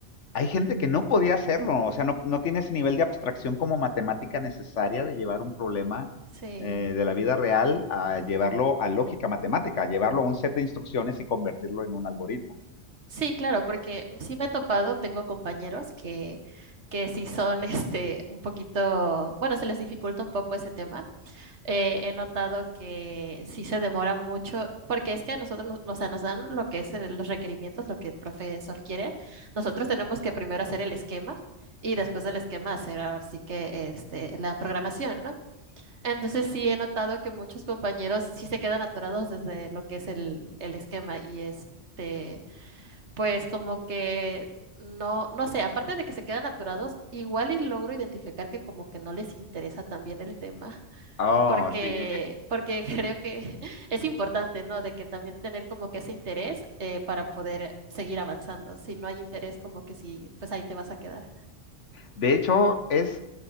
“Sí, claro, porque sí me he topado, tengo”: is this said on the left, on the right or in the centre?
Right